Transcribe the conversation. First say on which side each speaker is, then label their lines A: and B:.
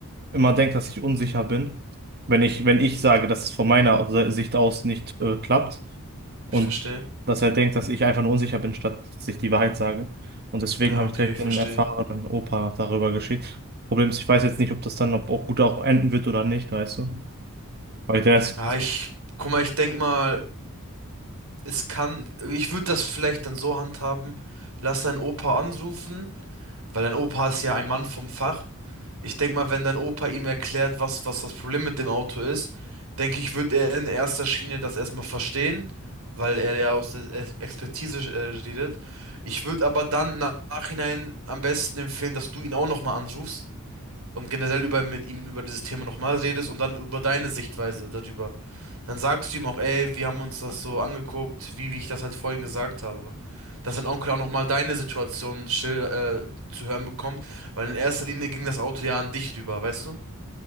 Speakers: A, on the right; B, on the right.
A: immer denkt, dass ich unsicher bin, wenn ich, wenn ich sage, dass es von meiner Sicht aus nicht äh, klappt und
B: ich verstehe.
A: dass er denkt, dass ich einfach nur unsicher bin, statt dass ich die Wahrheit sage. Und deswegen
B: Ja,
A: habe
B: okay,
A: ich direkt
B: ich verstehe.
A: den erfahrenen Opa darüber geschickt. Problem ist, ich weiß jetzt nicht, ob das dann ob auch gut auch enden wird oder nicht, weißt du? Weil der ist,
B: Ja, ich, guck mal, ich denk mal, es kann, ich würde das vielleicht dann so handhaben, lass deinen Opa anrufen, weil dein Opa ist ja ein Mann vom Fach. Ich denk mal, wenn dein Opa ihm erklärt, was, was das Problem mit dem Auto ist, denke ich, wird er in erster Schiene das erstmal verstehen, weil er ja aus der Ex- Expertise äh, redet. Ich würde aber dann im Nachhinein am besten empfehlen, dass du ihn auch nochmal anrufst und generell über mit ihm über dieses Thema nochmal redest und dann über deine Sichtweise darüber. Dann sagst du ihm auch, ey, wir haben uns das so angeguckt, wie, wie ich das halt vorhin gesagt habe. Dass dein Onkel auch nochmal deine Situation schil äh, zu hören bekommt, weil in erster Linie ging das Auto ja an dich rüber, weißt du?